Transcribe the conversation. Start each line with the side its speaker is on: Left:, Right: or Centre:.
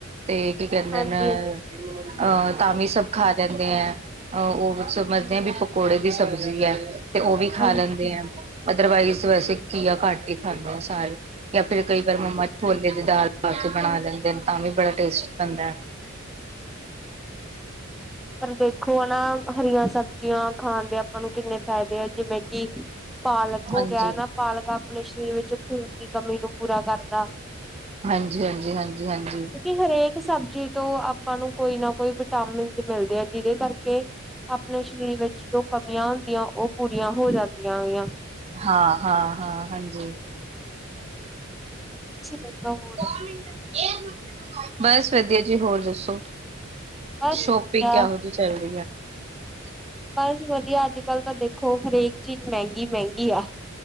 Right: ਤੇ ਕੀ ਕਹਿੰਦੇ
Centre: ਹਾਂਜੀ,
Right: ਨਾ। ਅਹ ਤਾਂ ਵੀ ਸਭ ਖਾ ਲੈਂਦੇ ਆ। ਅਹ ਉਹ ਸਮਝਦੇ ਆ ਵੀ ਪਕੌੜੇ ਦੀ ਸਬਜ਼ੀ ਐ। ਉਹ ਵੀ ਖਾ
Centre: ਹਾਂਜੀ।
Right: ਲੈਂਦੇ ਆ, ਅਦਰਵਾਈਜ਼ ਵੈਸੇ ਘੀਆ, ਘੱਟ ਹੀ ਖਾਂਦੇ ਆ ਸਾਰੇ। ਯਾਂ ਫਿਰ, ਕਈ ਵਾਰ ਮੰਮਾ, ਛੋਲੇ ਦੀ ਦਾਲ, ਪਾ ਕੇ ਬਣਾ ਲੈਂਦੇ ਨੇ, ਤਾਂ ਵੀ ਬੜਾ ਟੇਸਟ ਬਣਦਾ
Centre: ਪਰ ਦੇਖੋ ਹਨ ਨਾ ਹਰੀਆਂ ਸਬਜ਼ੀਆਂ ਖਾਣ ਦੇ ਆਪਾਂ ਨੂੰ, ਕਿੰਨੇ ਫ਼ਾਇਦੇ ਆ। ਜਿਵੇਂ, ਕਿ ਪਾਲਕ ਹੋ
Right: ਹਾਂਜੀ,
Centre: ਗਿਆ ਨਾ, ਪਾਲਕ ਆਪਣੇ ਸਰੀਰ ਵਿੱਚ, ਖੂਨ ਦੀ ਕਮੀ ਨੂੰ ਪੂਰਾ ਕਰਦਾ।
Right: ਹਾਂਜੀ, ਹਾਂਜੀ, ਹਾਂਜੀ, ਹਾਂਜੀ
Centre: ਕਿਉਂਕਿ ਹਰੇਕ ਸਬਜ਼ੀ ਤੋਂ ਆਪਾਂ ਨੂੰ, ਕੋਈ ਨਾ ਕੋਈ, ਵਿਟਾਮਿਨ ਮਿਲਦੇ ਆ। ਜਿਹਦੇ, ਕਰਕੇ ਆਪਣੇ ਸਰੀਰ ਵਿੱਚ ਜੋ ਕਮੀਆਂ ਹੁੰਦੀਆਂ ਉਹ ਪੂਰੀਆਂ ਹੋ ਜਾਂਦੀਆਂਗੀਆਂ।
Right: ਹਾਂ, ਹਾਂ, ਹਾਂ ਹਾਂਜੀ।
Centre: ਤੁਸੀਂ ਦੱਸੋ ਹੋਰ
Right: ਦੋ ਮਿੰਟ ਇਹ ਮਿੰਟ ਬਸ ਵਧੀਆ ਜੀ ਹੋਰ ਦੱਸੋ
Centre: ਬਸ
Right: ਸ਼ੋਪਿੰਗ
Centre: ਵਧੀਆ
Right: ਕਿਹੋ ਜਿਹੀ ਚੱਲਰੀ ਹੈ। ਅੱਛਾ।
Centre: ਪਰ ਵਧੀਆ ਅੱਜ ਕੱਲ੍ਹ ਤਾਂ ਦੇਖੋ ਹਰੇਕ ਚੀਜ਼ ਮਹਿੰਗੀ ਮਹਿੰਗੀ ਆ।